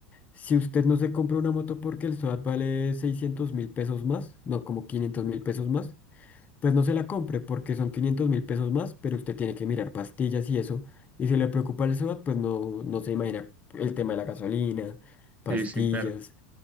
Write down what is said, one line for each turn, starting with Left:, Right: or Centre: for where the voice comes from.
Left: Si usted no se compra una moto porque el SOAT vale seiscientos mil pesos más, no, como quinientos mil pesos más, pues no se la compre porque son quinientos mil pesos más, pero usted tiene que mirar pastillas y eso. Y si le preocupa el SOAT, pues no, no se imagina el tema de la gasolina, pastillas.
Right: Sí, sí, claro.